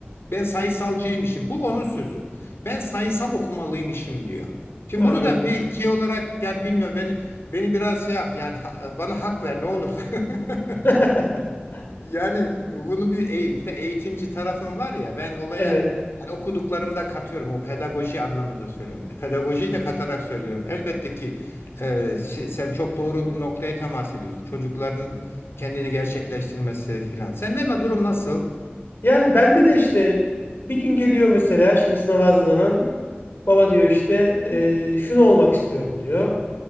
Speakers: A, on the left; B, on the left.
A: Ben sayısalcıymışım. Bu onun sözü. Ben sayısal okumalıymışım diyor. Şimdi
B: Anladım.
A: bunu da bir şey olarak yani bilmiyorum beni beni biraz şey yap yani ha- bana hak ver ne olursa. <laughs>
B: <laughs>
A: Yani bunun bir e- bir de eğitimci tarafım var ya ben olaya
B: Evet.
A: hani okuduklarımı da katıyorum o pedagoji anlamında söylüyorum. E, Pedagojiyi de katarak söylüyorum. Elbette ki e, şey- sen çok doğru bir noktaya temas ediyorsun. Çocukların kendini gerçekleştirmesi filan. Senden de durum nasıl?
B: Yani bende de işte bir gün geliyor mesela şimdi sınava hazırlanan baba diyor işte "Eee, şunu olmak istiyorum diyor.